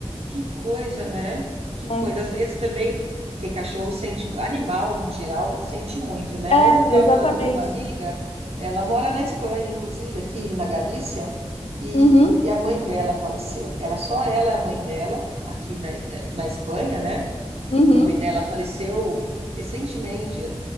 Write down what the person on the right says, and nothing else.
Que coisa, né? Que
coisa. Às vezes também, porque cachorro sente, animal em geral sente muito, né?
Ontem eu estava
falando com uma amiga, ela mora na Espanha, inclusive aqui na Galícia, e
a mãe dela faleceu. Era só ela e a mãe dela aqui na, eh, na Espanha, né?
A mãe dela faleceu recentemente,